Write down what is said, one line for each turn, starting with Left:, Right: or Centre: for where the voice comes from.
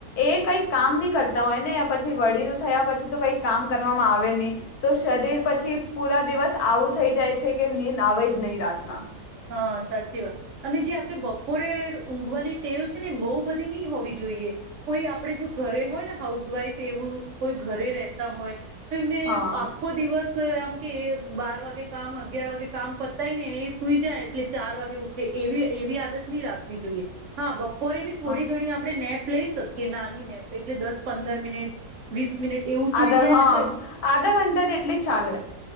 Left: એ કંઈક કામ નહી કરતા હોય ને પછી વડીલું થયા પછી તો કઈક કામ કરવામાં આવે નહી તો શરીર પછી પૂરા દિવસ આવું થઈ જાય છે કે નીંદ આવે જ નહી રાતના.
Right: હા સાચી વાત અને જે આપણે બપોરે ઊંઘવાની ટેવ છે, ને એ બહુ બધી નહી હોવી જોઈએ કોઈ આપડે જો ઘરે હોય ને હાઉસવાઈફ એવું કોઈ ઘરે રહેતા હોય. તો એને
Left: હા
Right: આખો દિવસ એમ કે બાર વાગે કામ અગિયાર વાગે કામ પતાય ને એ સુઈ જાય એટલે ચાર વાગે ઉઠે એવી એવી આદત નહી રાખવી જોઈએ હા બ રે બી થોડી
Left: હા
Right: ઘણી આપણે નેપ. લઈ શકીએ નાની નેપ એટલે દસ પંદર મિનિટ વીસ મિનિટ એવું સુઈ
Left: આધા
Right: જાય
Left: હા
Right: ને તો
Left: આધા ઘંટા જેટલી ચાલે.